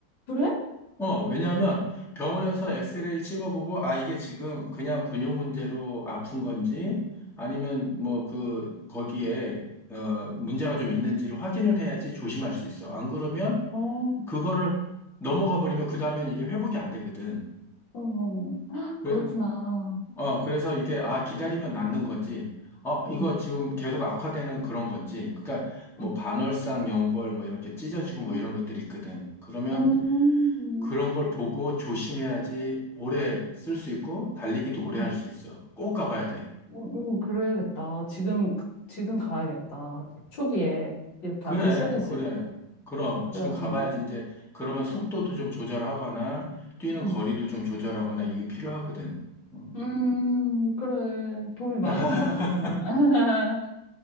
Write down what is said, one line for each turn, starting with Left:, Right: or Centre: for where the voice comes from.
Left: 그래?
Centre: 어, 왜냐하면 병원에서 엑스레이를 찍어보고, 아, 이게 지금 그냥 근육 문제로 아픈 건지, 아니면 뭐 그, 거기에, 어, 문제가 좀 있는지를 확인을 해야지 조심할 수 있어. 안 그러면
Left: 어, 어,
Centre: 그거를 넘어가 버리면 그 다음엔 이게 회복이 안 되거든.
Left: 어. 헉,
Centre: 그래,
Left: <gasps> 그렇구나.
Centre: 어, 그래서 이게, 아, 기다리면 낫는 건지, 어, 이거
Left: 응,
Centre: 지금 계속 악화되는 그런 건지, 그러니까 뭐
Left: 응,
Centre: 반월상, 연골, 뭐 이렇게 찢어지고 뭐
Left: 응.
Centre: 이런 것들이 있거든. 그러면
Left: 음,
Centre: 그런 걸 보고 조심해야지 오래 쓸 수 있고, 달리기도 오래
Left: 음.
Centre: 할 수 있어. 꼭 가봐야 돼.
Left: 오, 그래야겠다. 지금, 그- 지금 가야겠다. 초기에. 이렇게
Centre: 그래,
Left: 아프기 시작했을
Centre: 그래.
Left: 때.
Centre: 그럼
Left: 그래야,
Centre: 지금
Left: 어.
Centre: 가봐야지 이제 그러면 속도도 좀 조절하거나 뛰는
Left: 응.
Centre: 거리도 좀 조절하거나 이게 필요하거든. 음.
Left: 음, 그래. 도움이 많이
Centre: <laughs>
Left: 된다, 정말. <laughs>